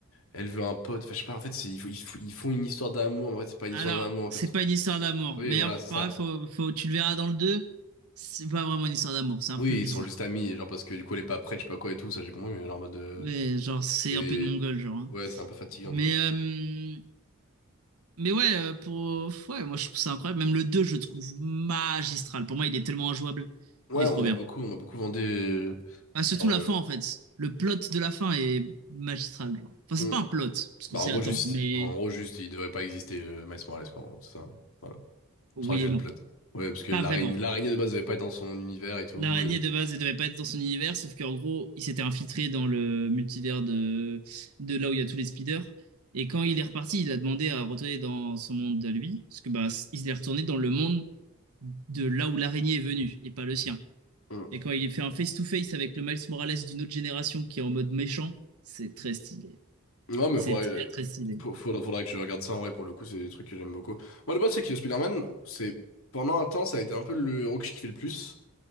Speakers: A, on the left; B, on the right.
A: elle veut un pote. Enfin, je sais pas, en fait, c'est- ils, font- ils font ils font une histoire d'amour, mais en fait, c'est pas une
B: Alors,
A: histoire d'amour, en
B: c'est
A: fait.
B: pas une histoire d'amour,
A: Oui,
B: mais
A: voilà,
B: enfin,
A: c'est ça.
B: faut, faut, tu le verras dans le 2. C'est pas vraiment une histoire d'amour, c'est un
A: Oui,
B: peu bizarre.
A: ils sont juste amis, genre parce que du coup, elle est pas prête, je sais pas quoi et tout, ça j'ai compris, mais genre en mode. euh,
B: Mais genre, c'est
A: C'est.
B: un peu de mongol, genre. hein.
A: Ouais, c'est un peu fatigant
B: Mais,
A: du coup.
B: euh, mais ouais, euh, pour, ouais, moi je trouve ça incroyable. Même le 2, je le trouve magistral. Pour moi, il est tellement injouable.
A: Ouais,
B: Il est
A: on
B: trop
A: m'a
B: bien.
A: beaucoup, on m'a beaucoup vendu. euh,
B: Bah, surtout
A: Genre,
B: la
A: euh,
B: fin, en fait. Le plot de la fin est magistral, genre. Enfin,
A: on-
B: c'est pas un plot, parce qu'on
A: bah,
B: s'y
A: en gros,
B: attend,
A: juste,
B: mais
A: en gros, juste, il devrait pas exister, euh, Miles Morales, quoi. en gros, C'est ça. Voilà.
B: oui
A: Je crois que j'ai
B: et
A: le
B: non.
A: plot. Ouais, parce que
B: Pas
A: l'araignée,
B: vraiment.
A: l'araignée de base devait pas être dans son univers et tout.
B: L'araignée
A: Et...
B: de base, elle devait pas être dans son univers, sauf qu'en gros, il s'était infiltré dans le multivers de, de là où il y a tous les speeders. Et quand il est reparti, il a demandé à retourner dans son monde à lui, parce que bah, il est retourné dans le monde de là où l'araignée est venue, et pas le sien.
A: Mm.
B: Et quand il fait un face-to-face avec le Miles Morales d'une autre génération qui est en mode méchant, c'est très stylé.
A: Ouais, mais
B: C'est
A: faudrait,
B: très
A: euh,
B: très stylé.
A: faut- faudra- faudra que je regarde ça. En vrai, pour le coup, c'est des trucs que j'aime beaucoup. Moi, le base, c'est que Spider-Man, c'est pendant un temps, ça a été un peu le héros que je kiffais le plus.